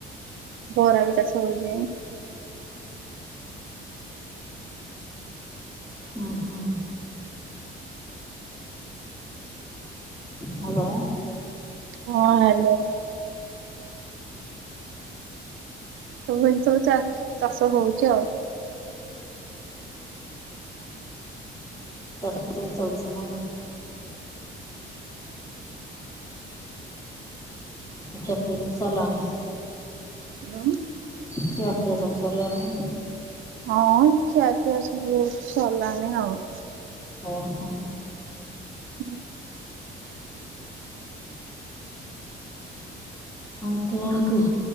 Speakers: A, on the right; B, on the left.
A: ବରା ବି ଚାଷ ହଉଛି।
B: ହୁଁ ହୁଁ। ହାଲୋ।
A: ହଁ ହାଲୋ। ସବୁ ଜିନିଷ ହ ଚା ଚାଷ ହଉଛି ଆଉ
B: <unintelligible> ଖିଆ ପିଆ ସବୁ ସାରିଲଣି
A: ଉଁ
B: ଖିଆ ପିଆ ସବୁ ସରିଲାଣି?
A: ହଁ ଖିଆ ପିଆ ସବୁ ସରିଲାଣି ଆଉ।
B: ଓହୋ।
A: ହୁଁ।
B: ଆଉ କଣ କହ?